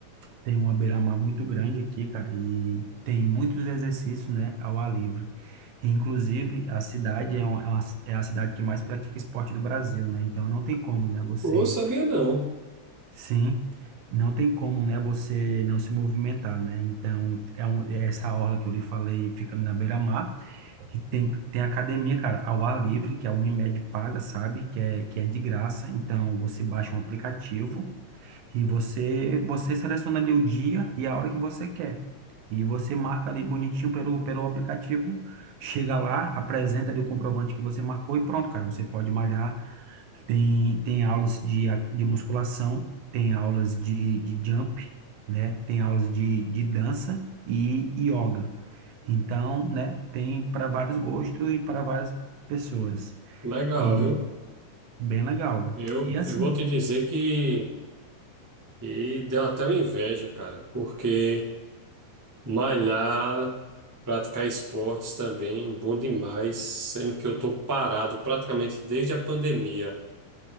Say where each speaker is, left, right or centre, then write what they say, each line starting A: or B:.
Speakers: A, on the right; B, on the right.
A: tem uma beira-mar muito grande aqui, cara, e tem muitos exercícios, né, ao ar livre. E, inclusive, a cidade é, uma, é, uma- é a cidade que mais pratica esporte do Brasil, né? Então não tem como, né, você
B: Pô, sabia não.
A: Sim, não tem como, né, você não se movimentar, né? Então, é, um- é essa orla que eu lhe falei, fica ali na beira-mar, e tem, tem academia, cara, ao ar livre, que a Unimed paga, sabe? Que é, que é de graça, então você baixa um aplicativo e você, você seleciona ali o dia e a hora que você quer. E você marca ali bonitinho pelo, pelo aplicativo, chega lá, apresenta ali o comprovante que você marcou e pronto, cara, você pode malhar tem, tem aulas de, a- de musculação, tem aulas de, de jump, né? Tem aulas de, de dança e yoga. Então, né? Tem para vários gostos e para várias pessoas.
B: Legal,
A: E
B: viu?
A: bem legal.
B: Eu,
A: E assim,
B: eu vou te dizer que, que deu até uma inveja, cara, porque malhar, praticar esportes também, bom demais, sendo que eu tô parado praticamente desde a pandemia,